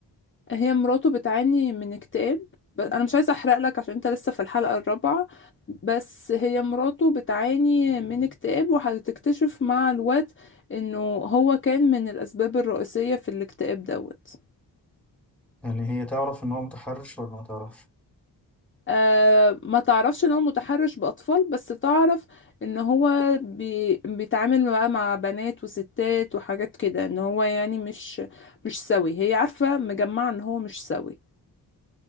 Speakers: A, on the left; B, in the centre.
A: هي مراته بتعاني من اكتئاب بس انا مش عايزه احرق لك عشان انت لسه في الحلقه الرابعه بس هي مراته بتعاني من اكتئاب وهتكتشف مع الوقت انه هو كان من الاسباب الرئيسيه في الاكتئاب دوت
B: يعني هي تعرف ان هو متحرش ولا ما تعرفش
A: أه ما تعرفش ان هو متحرش باطفال بس تعرف ان هو بي بيتعامل بقى مع بنات وستات وحاجات كده ان هو يعني مش مش سوي هي عارفه مجمعه ان هو مش سوي